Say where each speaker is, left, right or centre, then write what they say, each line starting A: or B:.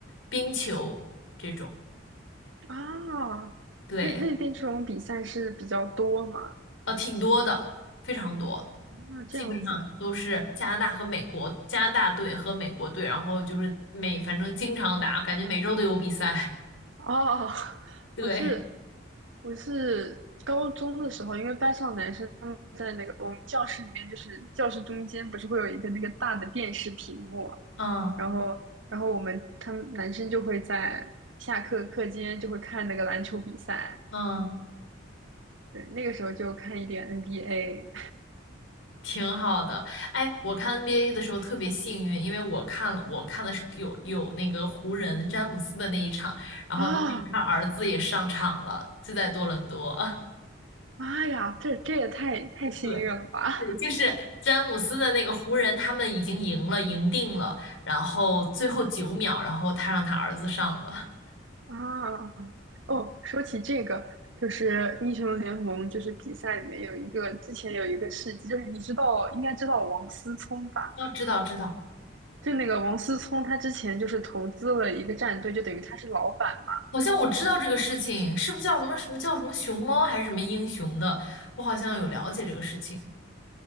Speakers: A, on the left; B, on the right.
A: 冰球这种。
B: 啊，
A: 对，
B: 那那边这种比赛是比较多吗？
A: 呃，挺多的，非常多，
B: 那这样子
A: 基本上都是加拿大和美国，加拿大队和美国队，然后就是每反正经常打，感觉每周都有比赛。
B: <laughs> 哦，
A: <laughs> 对，
B: 我是我是高中的时候，因为班上男生他们在那个我们教室里面，就是教室中间不是会有一个那个大的电视屏幕嘛，
A: 嗯
B: 然后然后我们他们男生就会在下课课间就会看那个篮球比赛，
A: 嗯，
B: 对，那个时候就看一点 NBA
A: 挺好的。哎，我看 NBA 的时候特别幸运，因为我看了，我看的是有有那个湖人詹姆斯的那一场，然后当时他儿子也上场了，
B: 啊，
A: 就在多伦多。
B: 妈呀，这这也太太幸运了吧
A: 对，对，就是詹姆斯的那个湖人，他们已经赢了，赢定了，然后最后九秒，然后他让他儿子上了。
B: <laughs> 啊！哦，说起这个，就是英雄联盟，就是比赛里面有一个，之前有一个事迹，就是你知道，应该知道王思聪吧？
A: 哦，知道知道，
B: 就那个王思聪，他之前就是投资了一个战队，就等于他是老板嘛。
A: 好像我知道这个事情，是不是叫什么什么叫什么熊猫还是什么英雄的？我好像有了解这个事情，